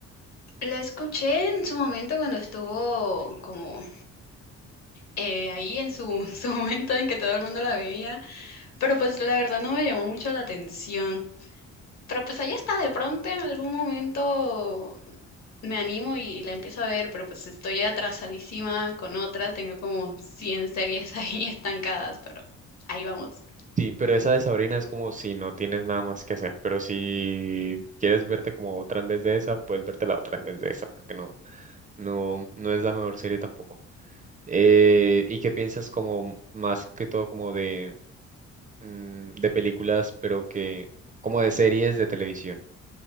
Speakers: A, on the left; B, on the right.
A: La escuché en su momento cuando estuvo como eh, ahí en su, <laughs> su momento en que todo el mundo la veía, pero pues la verdad no me llamó mucho la atención. Pero pues ahí está, de pronto en algún momento me animo y la empiezo a ver, pero pues estoy atrasadísima con otras, tengo como 100 series ahí <laughs> estancadas, pero ahí vamos.
B: Sí, pero esa de Sabrina es como si no tienes nada más que hacer, pero si quieres verte como otra en vez de esa, puedes verte la otra en vez de esa, porque no, no, no es la mejor serie tampoco. Eh, ¿y qué piensas como más que todo como de, mm, de películas, pero que como de series de televisión?